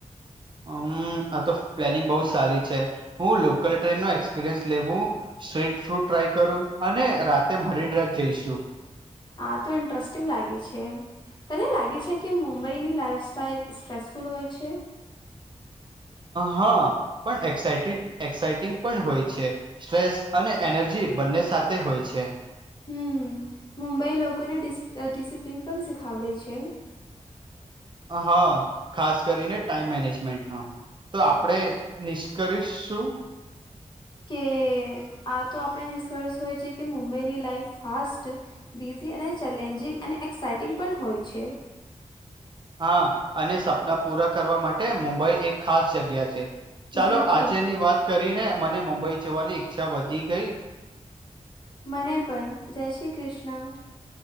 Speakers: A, on the right (about 40°); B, on the left (about 35°).
A: હમ આ તો પ્લાનિંગ બહ સારી છે હું લોકલ ટ્રેન નો એક્સપિરિયન્સ લેવું સ્ટ્રીટ ફ્રૂટ ટ્રાય કરું અને રાતે મરીન ડ્રાઈવ જઈશું
B: આ તો ઇન્ટરેસ્ટિંગ લાગે છે તને લાગે છે કે મબ ભઈની લાઈઇફ સ્ટાઈલ સ્ટ્રેસફુલ હોય છે
A: હા પણ એક્સા એક્સાઇટિંગ પણ હોય છે સ્ટ્રેસ અને એનર્જી બંને સાથે હોય છે
B: હમ મુંબઈ લોકોને ડિસિપ્લિન પણ શીખાવડે છે
A: હા ખાસ કરીને ટાઈમ મેનેજમેન્ટ નો તો આપણેે નિષ્કશ શું
B: કે આ તો આપણે નિષ્કર્ષ હોય છે કે મુંબઈની લાઈફ ફાસ્ટ બિઝી અને ચેલેન્જિંગ અને એક્સઇટિંગ પણ હોય છે.
A: હા અને સપના પૂરા કરવા માટે મુંબઈ એક ખાસ જગ્યા છે. ચાલો
B: બિલકુલ
A: આજે ની વાત કરી ને મને મુંબઈ જવાની ઈચ્છા વધી ગઈ.
B: મને પણ જય શ્રી કૃષ્ણ.